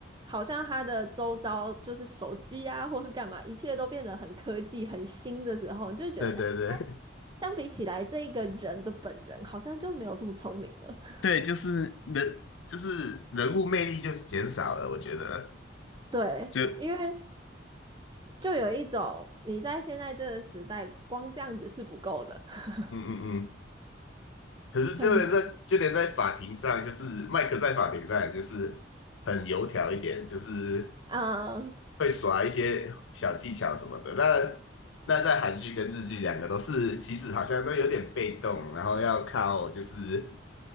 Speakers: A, on the right; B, on the left.
A: 好像他的周遭就是手机啊，或是干嘛，一切都变得很科技、很新的时候，你就觉得。
B: 对对对。<laughs>
A: 相比起来，这一个人的本人好像就没有这么聪明了。<laughs>
B: 对，就是人，就是人物魅力就减少了，我觉得。
A: 对，
B: 就
A: 因为就有一种你在现在这个时代，光这样子是不够的，<laughs>
B: 嗯嗯嗯，可是就连在就连在法庭上，
A: 很，
B: 就是麦克在法庭上也就是很油条一点，就是
A: 啊，嗯
B: 会耍一些小技巧什么的。那那在韩剧跟日剧两个都是，其实好像都有点被动，然后要靠就是